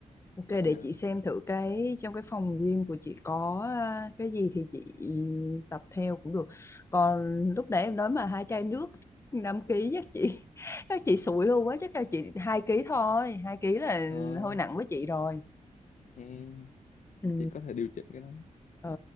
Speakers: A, on the left (about 20°); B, on the left (about 65°).
A: Ok để
B: yeah.
A: chị xem thử cái trong cái phòng gym của chị có à, cái gì thì chị tập theo cũng được. Còn lúc nãy em nói mà hai chai nước 5 ký chắc chị <laughs> chắc chị sụi luôn quá chắc là chị 2 ký thôi, 2 ký là
B: Ờ,
A: hơi nặng với chị rồi.
B: ừ,
A: Ừ.
B: chị có thể điều chỉnh cái đó ừ.
A: Ờ,